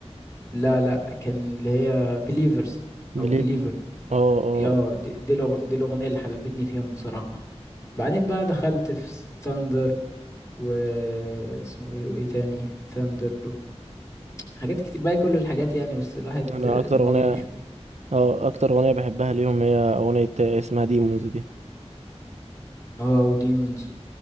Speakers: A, on the left (about 25°); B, on the right (about 80°).
A: لا لا كان اللي هي بليفرز
B: بليف
A: او بليفر
B: اه اه
A: يا دي دي الأغ- دي الاغنيه اللي حببتني فيهم بصراحه بعدين بقى دخلت في ثاندر واسمه ايه وايه تاني ثاندر وحاجات كتير بقى كل الحاجات يعني بس الواحد
B: أنا
A: آه،
B: أكتر
A: دماغه
B: أغنية
A: مش
B: اه أكتر أغنية بحبها ليهم هي أغنية اسمها ديمونز دي
A: اه وديمونز